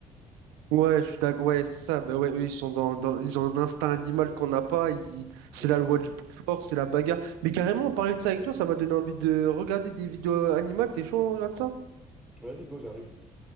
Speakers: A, on the right; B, in the centre.
A: Ouais, je suis d'accord. Ouais, c'est ça. Ben ouais, eux, ils sont dans, dans- ils ont un instinct animal qu'on n'a pas. Ils-
B: C'est
A: C'est
B: ça.
A: la loi du plus fort, c'est la bagarre. Mais carrément, parler de ça avec toi, ça m'a donné envie de regarder des vidéos euh, animales. T'es chaud, on regarde ça?
B: Vas-y, go, j'arrive.